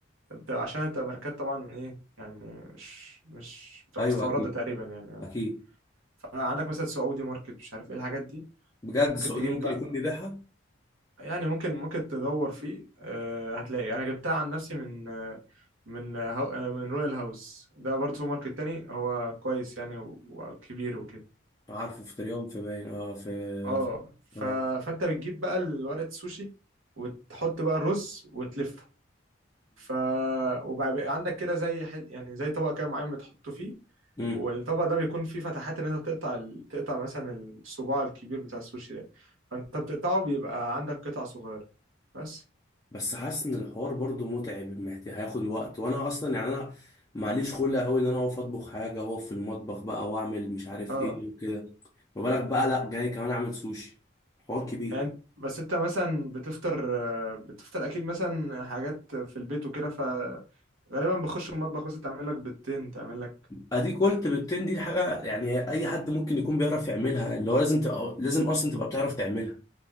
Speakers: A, on the right; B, on the left.
A: بتبقى عشان بتبقى ماركات طبعا ايه يعني مش مش بتبقى
B: ايوه
A: مستوردة
B: اكيد
A: تقريبا يعني
B: اكيد
A: فعندك مثلا سعودي ماركت مش عارف ايه الحاجات دي
B: بجد
A: ممكن
B: سعودي
A: تجيب
B: ممكن
A: بقى
B: يكون بيبيعها
A: يعني ممكن ممكن تدور فيه آه، هتلاقي انا جبتها عن نفسي من آه، من آه، هاو- آه، من رويال هاوس ده برضه سوبر ماركت تاني هو كويس يعني و- وكبير وكده
B: عارفه في تريوم في باين اه في
A: اه
B: في-
A: ف...
B: اه
A: فانت بتجيب بقى ورقة السوشي وتحط بقى الرز وتلفه ف وبقى بقى عندك كده زي ح... يعني زي طبق كده معين بتحطه فيه
B: امم
A: والطبق ده بيكون فيه فتحات ان انت تقطع ال... تقطع مثلا الصباع الكبير بتاع السوشي ده فانت بتقطعه بيبقى عندك قطع صغيرة بس
B: بس حاسس ان الحوار برضو متعب محتاج هياخد وقت وانا اصلا يعني انا معليش خلق قوي ان انا اقف اطبخ حاجه واقف في المطبخ بقى واعمل مش عارف
A: اه
B: ايه وكده ما بالك بقى لا جاي كمان اعمل سوشي حوار كبير
A: يعني أنت- بس انت مثلا بتفطر آه، بتفطر اكيد مثلا حاجات في البيت وكده فغالبا بخش المطبخ مثلا تعمل لك بيضتين تعمل لك
B: اديك قلت بيضتين دي حاجه يعني اي حد ممكن يكون بيعرف يعملها اللي هو لازم تبقى لازم اصلا تبقى بتعرف تعملها